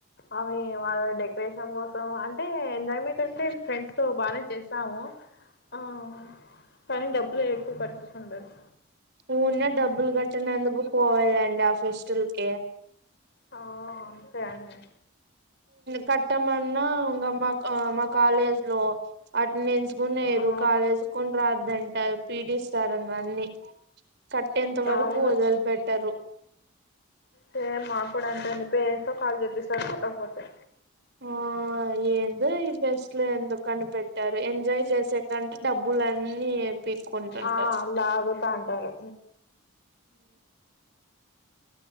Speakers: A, on the left; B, on the right.
A: అవి వాళ్ళ డె వేషం కోసం అంటే ఎంజాయ్మెంట్ అంటే ఫ్రెండ్స్ తో బాగానే చేస్తాము ఆ పని డబ్బు ఇట్లో ఎక్కువ పట్టిుకుంటారు
B: ఊన్న డబ్బులు కట్టినందుకు పోవళడి ఫెస్టిల్క
A: ఆ అంతే అండి
B: కట్టమ ఉంగ అమ్మా అమ్మా కాాలేజ్ లో అటెండెన్స్ కురు
A: ఆ
B: కాలేజ్ కొని రాదు వంటారు పీడిస్తారంగా అన్ని కట్టేంత వరకు
A: అవును
B: వదిలిపెట్టరు
A: సేమ్ మాకు కూడా అంతే అండి పేరెంట్స్ కాల్ చచ్చేసారు కొట్టకపోతే
B: ఆ ఏంది ఈ ఫెస్ట్లు ఎందుకు కనిపెట్టారు ఎంజాయ్ చేసాకంటే డబ్బులన్నీ పీక్కుంటుంటారు
A: ఆ లాగుతా అంటారు